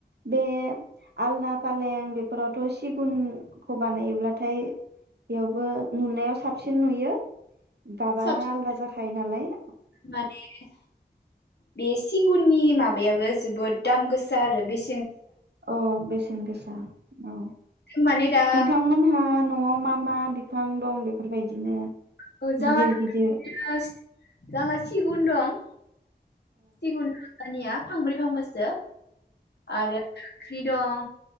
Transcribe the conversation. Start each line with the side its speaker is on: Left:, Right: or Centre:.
Right: बे आलना फालें बेफोरावथ' सिगुनखौ बानायोब्लाथाय बेयावबो नुनायाव साबसिन नुयो दाबानो
Left: साबसिन
Right: आलदा जाखायो नालाय
Left: माने बे सिगुननि माबायाबो जोबोद दाम गोसा आरो बेसे
Right: अ बेसेन गोसा औ
Left: जों माने दा
Right: नोंथांमोनहा न'आव मा मा बिफां दं बेफोरबायदिनो
Left: <unintelligible>
Right: गिदिर गिदिर
Left: सिगुन दं <unintelligible> फांब्रै फांबासो आरो फ्रि दं